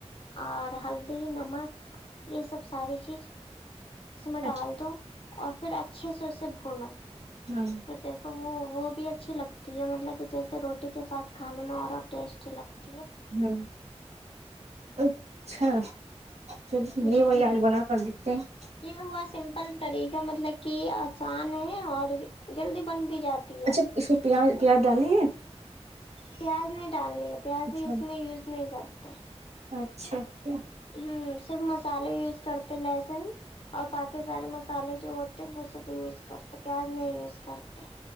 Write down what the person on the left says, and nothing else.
اور ہلدی نمک یہ سب ساری چیز اس میں
ڈال دو اور پھر اچھے سے اسے بھونو
اور دیکھو وہ وہ اچھی لگتی ہے مطلب کہ جیسے روٹی کے ساتھ کھانے میں اور ٹیسٹی لگتا
جی
جی
یہ با سمپل طریقہ مطلب کہ آسان ہے اور جلدی بن بھی جاتی ہے
پیاز نہیں ڈالنی ہے پیاز
اس میں یوز نہیں کرتے
ہ صرف مسالے یوز کرتے لہسن اور باقی سارے مسالے جو ہوتے وہ سب یوز کرتے پیاز نہیں یوز کرتے